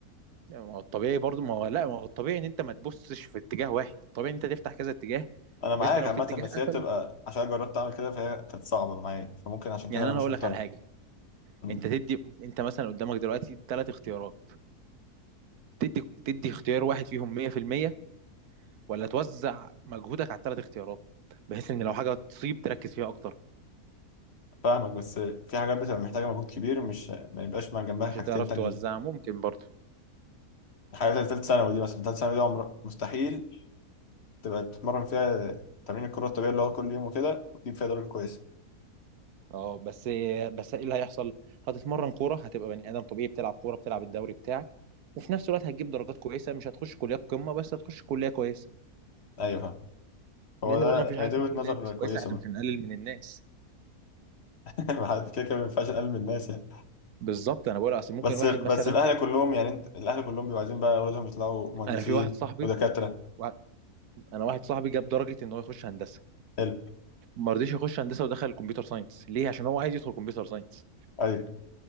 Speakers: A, on the right; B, on the left.
A: يعني ما هو الطبيعي برضه ما هو لا ما هو الطبيعي ان انت ما تبصش في اتجاه واحد الطبيعي ان انت تفتح كذا اتجاه
B: انا معاك
A: بس لو
B: عامة
A: في اتجاه
B: بس
A: قفل
B: هي بتبقى عشان جربت اعمل كده فهي كانت صعبة معايا فممكن عشان كده
A: يعني
B: انا
A: انا
B: مش
A: هقول
B: مقتنع
A: لك على حاجه
B: مم.
A: انت تدي انت مثلا قدامك دلوقتي ثلاث اختيارات تدي تدي اختيار واحد فيهم 100% ولا توزع مجهودك على الثلاث اختيارات بحيث ان لو حاجه تصيب تركز فيها اكتر
B: فاهمك بس في حاجات بتبقى محتاجة مجهود كبير مش ما يبقاش مع جنبها
A: مش
B: حاجتين
A: هتعرف
B: تانيين
A: توزعها ممكن برضه
B: الحاجة بتاعت تالت ثانوي دي مثلا تالت ثانوي دي عمر مستحيل تبقى تتمرن فيها تمرين الكرة الطبيعية اللي هو كل يوم وكده وتجيب فيها درجة كويسة
A: اه بس بس ايه اللي هيحصل هتتمرن كوره هتبقى بني ادم طبيعي بتلعب كوره بتلعب الدوري بتاعك وفي نفس الوقت هتجيب درجات كويسه مش هتخش كليات قمه بس هتخش كليه كويسه
B: ايوه فاهم هو
A: لان
B: ده
A: برضه مفيش حاجه
B: هي
A: اسمها
B: دي وجهة
A: كليه
B: نظر
A: مش كويسه
B: كويسة
A: احنا
B: برضه
A: مش هنقلل من الناس
B: <laughs> ما حد- كده كده ما ينفعش اقلل من الناس يعني
A: بالظبط انا بقول اصل ممكن
B: بس
A: واحد
B: بس
A: مثلا
B: الاهل كلهم يعني انت الاهل كلهم بيبقوا عايزين بقى اولادهم يطلعوا مهندسين
A: انا في واحد صاحبي
B: ودكاتره
A: وا- انا واحد صاحبي جاب درجه ان هو يخش هندسه
B: حلو
A: ما رضيش يخش هندسه ودخل الكمبيوتر ساينس ليه عشان هو عايز يدخل كمبيوتر ساينس
B: ايوه